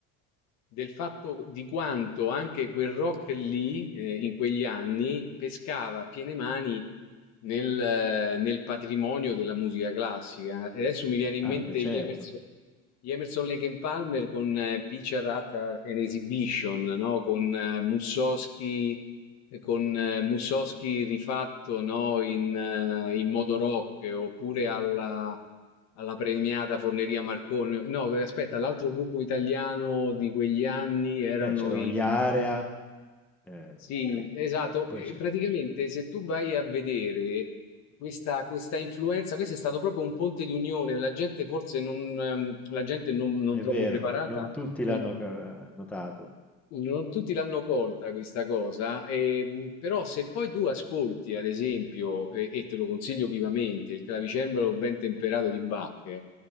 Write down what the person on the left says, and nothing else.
del fatto di quanto anche quel rock lì, eh, in quegli anni, pescava a piene mani nel, eh, nel patrimonio della musica classica. E Adesso mi viene in
mente
gli Emerson, gli Emerson Lake and Palmer con eh, Picture at an Exhibition, no? Con eh, Mussorgsky, eh, con eh, Mussorgsky rifatto, no? In, eh, in modo rock, oppure alla alla premiata Forneria Marconi. No, aspetta, l'altro gruppo italiano di quegli anni erano
i...
Sì,
esatto.
E
praticamente se tu vai a vedere questa, questa influenza, questo è stato proprio un ponte di unione, la gente forse non, ehm, la gente non, non
troppo
preparata.
non-
non tutti l'hanno colta questa cosa, e, mh, però se poi tu ascolti, ad esempio, e, e te lo consiglio vivamente, il clavicembalo ben temperato di Bach, eh,